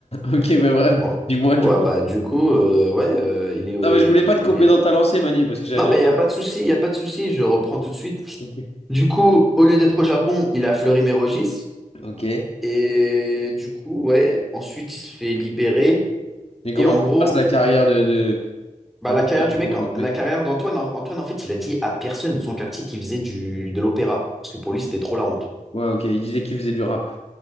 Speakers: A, on the left; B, in the centre.
A: Ok, mais bref,
B: Ouais.
A: dis-moi du
B: Ouais,
A: coup.
B: bah du coup, euh, ouais, euh, il est au-
A: Non, mais
B: il,
A: je voulais pas
B: il
A: te couper
B: est.
A: dans ta lancée, Manil, parce que j'avais
B: Non
A: déjà.
B: mais il n'y a pas de souci, il n'y a pas de souci, je reprends tout de suite.
A: Ok.
B: Du coup, au lieu d'être au Japon, il est à Fleury-Mérogis.
A: Ok.
B: Et du coup, ouais, ensuite il se fait libérer.
A: Mais comment
B: Et en
A: ça
B: gros,
A: se passe la carrière de, de,
B: bah,
A: de
B: la carrière du mec,
A: pour l'autre mec?
B: la carrière d'Antoine, en- Antoine, en fait, il a dit à personne de son quartier qu'il faisait du, de l'opéra. Parce que pour lui, c'était trop la honte.
A: Ouais, ok, il disait qu'il faisait du rap.